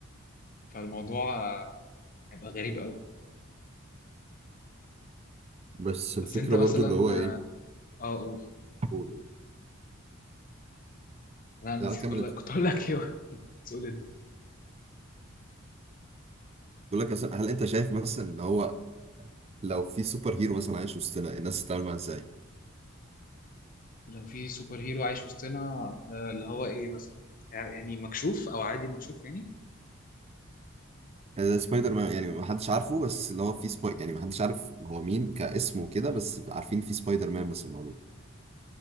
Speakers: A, on the left; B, on the right.
A: فالموضوع آه، هيبقى غريب قوي
B: بس الفكرة
A: بس انت مثلا
B: برضو اللي هو
A: اه
B: ايه
A: آه، قول
B: قول قول
A: لا انا
B: لا
A: نسيت
B: كمل
A: كل
B: انت
A: كنت اقول لك ايه <laughs> بس قول انت
B: بقول لك مثلا هل انت شايف مثلا ان هو لو في سوبر هيرو مثلا عايش وسطنا الناس تتعامل معاه ازاي؟
A: لو في سوبر هيرو عايش وسطنا آه، اللي هو ايه مثلا يعني مكشوف او عادي مكشوف يعني
B: يعني زي سبايدر مان يعني ما حدش عارفه بس اللي هو في سباي يعني ما حدش عارف هو مين كاسم وكده بس عارفين في سبايدر مان مثلا موجود